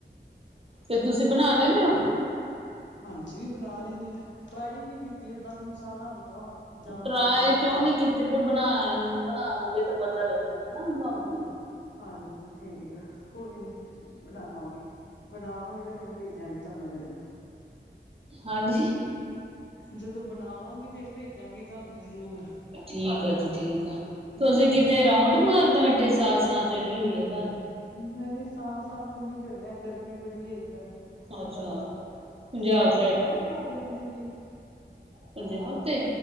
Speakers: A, on the right (about 30°); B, on the left (about 75°).
A: ਤੇ ਤੁਸੀਂ ਬਣਾ ਲੈਨੇ ਓ।
B: ਹਾਂਜੀ ਵੀ ਬਣਾ ਲੈਂਨੇ ਆ ਟਰਾਈ ਨੀ ਕੀਤੀ ਓਦਾਂ ਮੈਨੂੰ ਸਾਰਾ ਆਉਂਦਾ। ਕਿੱਦਾਂ ਬਣਾਉਣੀ
A: ਟਰਾਏ
B: ਹੈ ਕਿੱਦਾਂ
A: ਕਿਉਂ ਨੀ ਕੀਤੀ ਫਿਰ ਬਣਾ ਬਣਾਉਗੇ ਤਾਂ ਪਤਾ ਲੱਗੂਗਾ ਨਾ ਤੁਹਾਨੂੰ ਵੀ
B: ਹਾਂਜੀ ਠੀਕ ਐ, ਕੋਈ ਨੀ, ਬਣਾਵਾਂਗੇ, ਬਣਾਵਾਂਗੇ ਤੇ ਫੇਰ ਭੇਜਾਂਗੇ ਤੁਹਾਨੂੰ ਜ਼ਰੂਰ।
A: ਹਾਂਜੀ
B: ਜਦੋਂ ਬਣਾਵਾਂਗੇ ਫੇਰ ਭੇਜਾਂਗੇ ਤਹਾਨੂੰ ਜ਼ਰੂਰ।
A: ਠੀਕ ਆ ਜੀ ਠੀਕ ਆ,
B: ਹਾਂਜੀ
A: ਤੁਸੀਂ ਕਿਤੇ ਰਾਊਂਡ ਮਾਰਦੇ ਹੋ ਏਡੇ ਸਾਸਾਂ ਚੜੀ ਹੋਈ ਆ ਤੁਹਾਨੂੰ।
B: ਨਹੀਂ ਸਾਹ-ਸਾਂਹ ਤਾਂ ਨੀ ਚੜਿਆ ਗਰਮੀ ਬੜੀ ਉੱਧਰ,
A: ਅੱਛਾ ਪੰਜਾਬ
B: ਸਾਂਹ-ਸਾਂਹ
A: ਸਾਈਡ
B: ਦੀ ਆਵਾਜ਼ ਆਉਂਦੀ ਪਈ ਆ।
A: ਪੰਜਾਬ ਤੇ,